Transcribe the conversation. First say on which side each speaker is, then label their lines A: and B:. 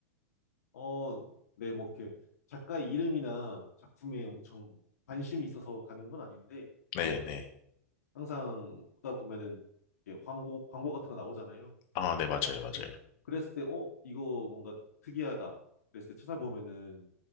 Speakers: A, on the left; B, on the left.
A: 어, 네, 뭐 이렇게 작가의 이름이나 작품에 엄청 관심이 있어서 가는 건 아닌데, 이제
B: 네네.
A: 항상 보다 보면은 이렇게 광고, 광고 같은 거 나오잖아요.
B: 아, 네, 맞아요, 맞아요.
A: 예. 그랬을 때, 어, 이거 뭔가 특이하다. 그랬을 때 음. 찾아보면은